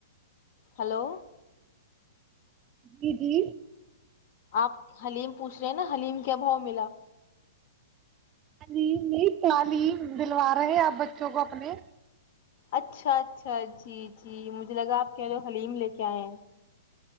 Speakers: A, on the left; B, on the right.
A: ہلو
B: جی جی
A: آپ حلیم پوچھ رہے ہیں نا حلیم کیا بھاؤ ملا
B: ہ ج نہیں تالی دلوا رہے ہیں آپ بچوں کو اپنے
A: اچھا اچھا جی جی مجھے لگا آپ کہہ لو حلیم لے کے آئے ہیں